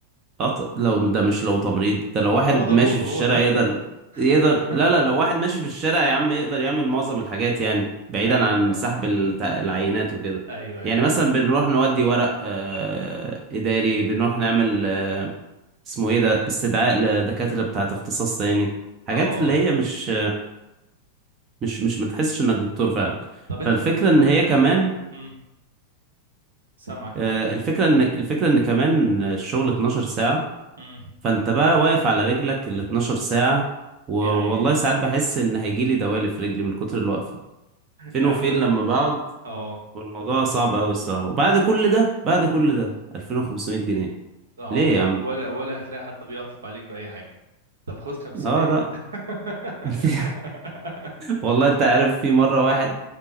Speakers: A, on the right (about 30°); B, on the right (about 70°).
A: أط... لو ده مش لو تمريض ده لو واحد
B: هو ده
A: ماشي
B: دوره
A: في
B: هو
A: الشارع
B: ده
A: يقدر يقدر
B: <laughs>
A: لا لا لو واحد ماشي في الشارع يا عم يقدر يعمل معظم الحاجات يعني بعيدا
B: ايوه
A: عن
B: فاهمك
A: سحب التع- العينات وكده
B: ايوه ايوه
A: يعني مثلا
B: ايوه
A: بنروح نودي ورق آه... إداري بنروح نعمل آه، اسمه إيه ده استدعاء لدكاترة بتاعة اختصاص تاني حاجات
B: اه اه
A: اللي هي مش مش مش متحسش إنك دكتور فعلا
B: طب انت
A: فالفكرة
B: ممكن تكون
A: إن هي
B: المك...
A: كمان
B: الم... مم. سامعك
A: آه، الفكرة إن الفكرة إن كمان الشغل 12 ساعة
B: اه
A: فانت بقى واقف على رجلك ال 12 ساعة و- والله
B: يعني
A: ساعات بحس ان هيجيلي دوالي في رجلي من كتر الوقفة فين
B: يا
A: وفين
B: عم
A: لما بقعد
B: اه
A: والموضوع صعب قوي الصراحة وبعد كل ده بعد كل ده 2500 جنيه
B: اه
A: ليه
B: و-
A: يا عم
B: ولا ولا هتلاقي حد بيعطف عليك بأي حاجة طب خد خمسينية
A: اه لا
B: <laughs>
A: <laughs> في- والله انت عارف في مرة واحد